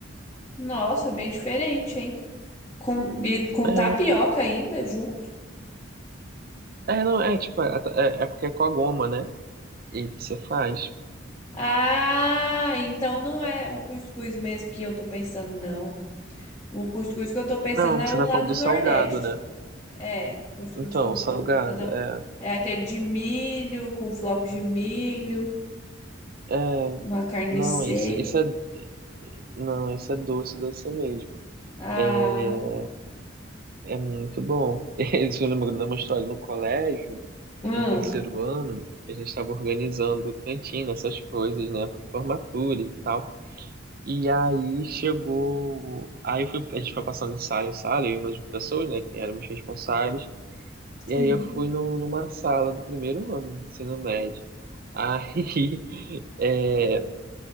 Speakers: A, on the left (about 15°); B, on the right (about 50°).
A: Nossa, bem diferente, hein? Com, e com
B: É,
A: tapioca ainda junto?
B: é, não, é tipo, é, é é porque é com a goma, né? E você faz.
A: Ah, então não é o cuscuz mesmo que eu tô pensando, não. O cuscuz que eu tô pensando
B: Não, você
A: é o
B: tá
A: lá
B: falando
A: do
B: do
A: Nordeste.
B: salgado, né?
A: É, cuscuz
B: Então,
A: que eu
B: salgado,
A: tô pensando é,
B: é.
A: o- é aquele de milho, com flocos de milho,
B: É.
A: uma carne
B: Não,
A: seca.
B: esse, esse é. Não, esse é doce, doce mesmo.
A: Ah,
B: É, é muito bom. <laughs> Isso me lembrou de uma história no colégio,
A: hum,
B: no terceiro ano, a gente estava organizando cantina, essas coisas, né, para formatura e tal. E aí chegou. Aí eu fui, a gente foi passando de sala em sala, eu e umas pessoas, né, que éramos responsáveis. E
A: sim.
B: aí eu fui no, numa sala do primeiro ano do ensino médio. Aí, <laughs>